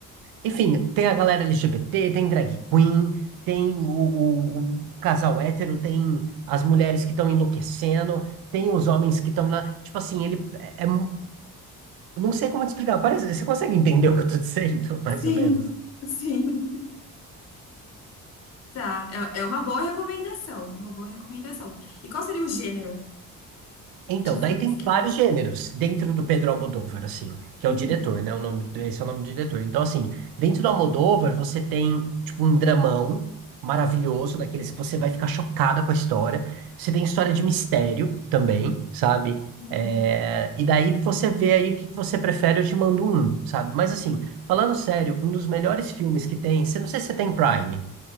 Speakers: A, on the right; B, on the left.
A: Enfim, tem a galera LGBT, tem drag queen, tem o, o- o casal hétero, tem as mulheres que estão enlouquecendo, tem os homens que estão na... Tipo assim, ele é... é mu- Não sei como te explicar. Parece... Você consegue entender o que eu tô dizendo, <laughs> mais
B: Sim,
A: ou menos?
B: <laughs> sim, tá. É, é uma boa recomendação, é uma boa recomendação. E qual seria o gênero
A: Então,
B: de filmes
A: daí tem
B: que
A: vários
B: ele...
A: gêneros dentro do Pedro Almodóvar, assim, que
B: Uhum,
A: é o diretor, né? O nome, do- esse é o nome do diretor. Então, assim, dentro do Almodóvar, você tem, tipo, um dramão maravilhoso, daqueles que você vai ficar chocada com a história. Você tem história de mistério também, sabe?
B: uhum.
A: É, E daí você vê aí o que que você prefere, eu te mando um, sabe? Mas, assim, falando sério, um dos melhores filmes que tem, você não sei se você tem Prime.